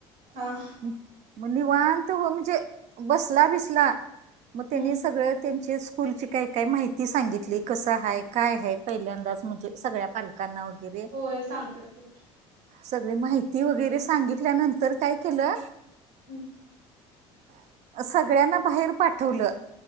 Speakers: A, on the right (about 75°); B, on the right (about 60°).
A: हां
B: मग निवणत म्हणजे बसला बिसला मग त्यांनी
A: हम्म
B: सगळं त्यांचे स्कूलची काय काय माहि ती सांगितली कसं आहेय काय हाय पहिल्यांदाच म्हणजे सगळ्या पाल काना वैगेरे.
A: होय सांगतात की
B: सगळी माहिती वगैरे सांगितल्यानंतर काय केलं
A: हम्म
B: सगळ्यांना बाहेर पाठवलं